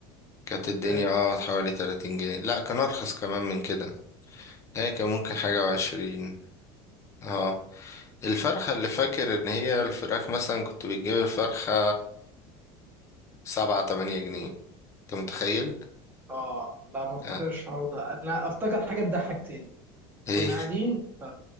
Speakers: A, on the left; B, on the right.
A: كانت الدنيا
B: ايوه
A: اه حوالي 30 جنيه لا كان أرخص كمان من كده هي كان ممكن حاجة وعشرين اه الفرخة اللي فاكر إن هي الفراخ مثلا كنت بتجيب الفرخة سبعة تمانية جنيه أنت متخيل؟
B: اه لا ما افتكرش
A: آه.
B: الحوار ده انا افتكر حاجه تضحك تاني
A: إيه
B: كنا قاعدين ف...